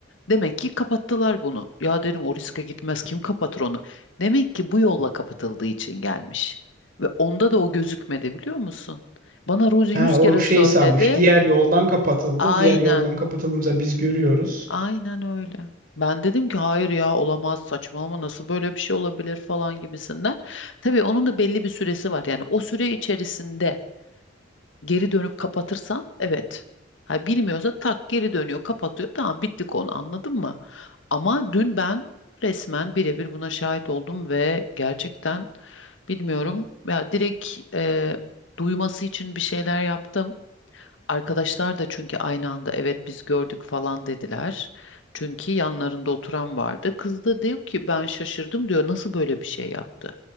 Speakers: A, on the left; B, on the right.
A: Demek ki kapattılar bunu. Ya dedim o riske gitmez kim kapatır onu? Demek ki bu yolla kapatıldığı için gelmiş. Ve onda da o gözükmedi biliyor musun? Bana Ruzi yüz
B: Ha,
A: kere
B: o şey
A: söyledi.
B: sanmış. Diğer yoldan kapatıldı.
A: Aynen,
B: O diğer yoldan kapatılınca biz görüyoruz.
A: aynen öyle. Ben dedim ki hayır ya olamaz saçmalama nasıl böyle bir şey olabilir falan gibisinden. Tabii onun da belli bir süresi var. Yani o süre içerisinde geri dönüp kapatırsan evet. Ha bilmiyorsa tak geri dönüyor, kapatıyor. Tamam bitti konu anladın mı? Ama dün ben resmen birebir buna şahit oldum ve gerçekten bilmiyorum ya direkt e, duyması için bir şeyler yaptım. Arkadaşlar da çünkü aynı anda evet biz gördük falan dediler. Çünkü yanlarında oturan vardı. Kız da diyor ki ben şaşırdım diyor nasıl böyle bir şey yaptı?